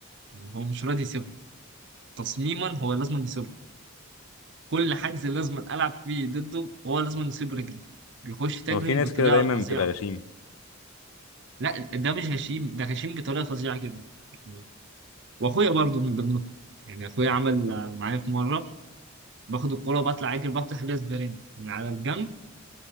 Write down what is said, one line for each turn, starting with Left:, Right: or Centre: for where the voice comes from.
Right: يعني هو مش راضي يسيبها تصميما هو لازم يسيبها كل حجز لازم العب فيه ضده هو لازم يسيب رجلي بيخش تاجرينج
Left: هو في ناس
Right: بطريقه
Left: كده دايما
Right: فظيعه
Left: بتبقى غشيم
Right: لا ده مش هشيم ده هشيم بطريقه فظيعه جدا يعني واخويا برضه من ضمنهم يعني اخويا عمل آه، معايا في مره باخد الكوره بطلع اجري بفتح بيها سبرين من على الجنب